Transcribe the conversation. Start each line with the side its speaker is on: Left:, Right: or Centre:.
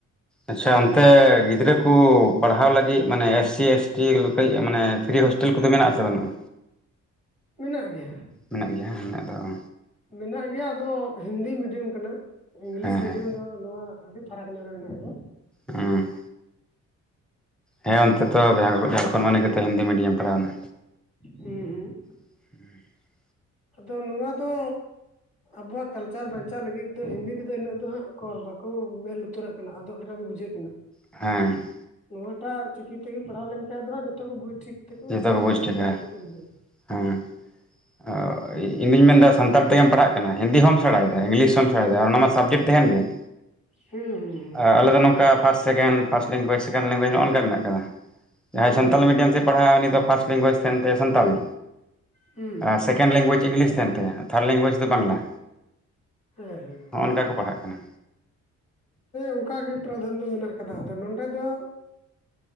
Centre: ᱟᱪᱪᱷᱟ ᱚᱱᱛᱮ ᱜᱤᱫᱽᱨᱟᱹ ᱠᱚ ᱯᱟᱲᱦᱟᱣ ᱞᱟᱹᱜᱤᱫ ᱢᱟᱱᱮ ᱮᱥ ᱥᱤ ᱮᱥ ᱴᱤ ᱠᱟᱹᱡ ᱢᱟᱱᱮ ᱯᱷᱤᱨᱤ ᱦᱳᱥᱴ ᱦᱳᱴᱮᱞ ᱠᱚᱫᱚ ᱢᱮᱱᱟᱜ ᱟᱥᱮ ᱵᱟᱹᱱᱩᱜᱼᱟ?
Left: ᱢᱮᱱᱟᱜ ᱜᱮᱭᱟ,
Centre: ᱢᱮᱱᱟᱜ ᱜᱮᱭᱟ, ᱢᱮᱱᱟᱜ ᱫᱚ ᱚ᱾
Left: ᱢᱮᱱᱟᱜ ᱜᱮᱭᱟ, ᱟᱫᱚ ᱦᱤᱱᱫᱤ ᱢᱤᱰᱤᱭᱟᱹᱢ ᱠᱟᱱᱟ᱾ ᱤᱝᱞᱤᱥ
Centre: ᱦᱮᱸ
Left: ᱢᱤᱰᱤᱭᱟᱹᱢ
Centre: ᱦᱮᱸ
Left: ᱫᱚ ᱱᱚᱣᱟ ᱟᱹᱰᱤ ᱯᱷᱟᱨᱟᱠ ᱧᱚᱜ ᱨᱮ ᱢᱮᱱᱟᱜ ᱜᱮᱭᱟ᱾
Centre: ᱦᱩᱸ ᱦᱮᱸ ᱚᱱᱛᱮ ᱛᱚ ᱡᱷᱟᱲᱠᱷᱚᱸᱰ ᱢᱟᱱᱮ ᱜᱮᱛᱚ ᱦᱤᱱᱫᱤ ᱢᱤᱰᱤᱭᱟᱢ ᱯᱟᱲᱟᱣ ᱮᱱᱟ᱾
Left: ᱦᱩᱸ ᱦᱩᱸ
Centre: <inaudible>
Left: ᱟᱫᱚ ᱱᱚᱣᱟ ᱫᱚ ᱟᱵᱚᱣᱟᱜ ᱠᱟᱞᱪᱟᱨ ᱵᱟᱧᱪᱟᱜ ᱞᱟᱹᱜᱤᱫ ᱫᱚ ᱦᱤᱱᱫᱤ ᱛᱮᱫᱚ ᱤᱱᱟᱹᱜ ᱫᱚ ᱦᱟᱸᱜ ᱠᱚ ᱵᱟᱠᱚ ᱢᱮᱫ ᱞᱩᱛ ᱛᱩᱨᱟᱜ ᱠᱟᱱᱟ ᱟᱫᱚᱜ ᱞᱮᱠᱟ ᱜᱮ ᱵᱩᱡᱷᱟᱹᱜ ᱠᱟᱱᱟ᱾
Centre: ᱦᱮᱸ
Left: ᱱᱚᱣᱟ ᱴᱟᱜ ᱪᱤᱠᱤ ᱛᱮᱜᱮ ᱯᱟᱲᱦᱟᱣ ᱞᱮᱱᱠᱷᱟᱱ ᱫᱚ ᱦᱟᱸᱜ ᱡᱚᱛᱚ ᱠᱚ ᱵᱩᱡᱽ ᱴᱷᱤᱠ ᱴᱷᱤᱠ᱾
Centre: ᱡᱷᱚᱛᱚ ᱠᱚ ᱵᱩᱡᱽ
Left: ᱦᱟᱸᱜ
Centre: ᱴᱷᱤᱠᱟ
Left: ᱞᱟᱭᱤᱱ ᱛᱮᱠᱚ ᱦᱤᱡᱩᱜᱼᱟ
Centre: ᱦᱮᱸ ᱚ᱾ ᱤᱧ ᱫᱩᱧ ᱢᱮᱱ ᱫᱟ ᱥᱟᱱᱛᱟᱲ ᱛᱮᱜᱮᱢ ᱯᱟᱲᱦᱟᱜ ᱠᱟᱱᱟ, ᱦᱤᱱᱫᱤ ᱦᱚᱢ ᱥᱮᱬᱟᱭ ᱫᱟ, ᱤᱝᱞᱤᱥ ᱦᱚᱢ ᱥᱮᱬᱟᱭ ᱫᱟ ᱟᱨ ᱚᱱᱟ ᱢᱟ ᱥᱟᱵᱡᱮᱠᱴ ᱛᱟᱦᱮᱸᱱ ᱜᱮ᱾
Left: ᱦᱩᱸ
Centre: ᱟᱞᱮ ᱫᱚ ᱱᱚᱝᱠᱟ first second first language second language ᱱᱚᱜ-ᱱᱚᱝᱠᱟ ᱢᱮᱱᱟᱜ ᱠᱟᱫᱟ ᱡᱟᱦᱟᱸᱭ
Left: ᱦᱩᱸ
Centre: ᱥᱟᱱᱛᱟᱞᱤ ᱢᱤᱰᱤᱭᱟᱢ ᱛᱮ ᱯᱟᱲᱦᱟᱜ-ᱟ ᱩᱱᱤ ᱫᱚ ᱯᱷᱟᱥᱴ ᱞᱮᱝᱜᱩᱣᱮᱡᱽ ᱛᱟᱦᱮᱱ ᱛᱟᱭ ᱥᱟᱱᱛᱟᱞᱤ
Left: ᱦᱩᱸ
Centre: ᱟᱨ ᱥᱮᱠᱮᱱ ᱞᱮᱝᱜᱩᱣᱮᱡᱽ ᱤᱝᱞᱤᱥ ᱛᱟᱦᱮᱱ ᱛᱟᱭᱟ, ᱛᱷᱟᱲ ᱞᱮᱝᱜᱩᱣᱮᱡᱽ ᱫᱚ ᱵᱟᱝᱞᱟ
Left: ᱦᱮᱸ ᱦᱮᱸ ᱦᱮᱸ
Centre: ᱦᱚᱸᱜᱼ ᱱᱚᱝᱠᱟ ᱠᱚ ᱯᱟᱲᱦᱟᱜ ᱠᱟᱱᱟ
Left: ᱚᱱᱠᱟᱜ ᱜᱮ ᱯᱨᱚᱵᱚᱞᱮᱢ ᱫᱚ ᱢᱮᱱᱟᱜ ᱟᱠᱟᱫᱟ ᱟᱫᱚ ᱱᱚᱸᱰᱮ ᱫᱚ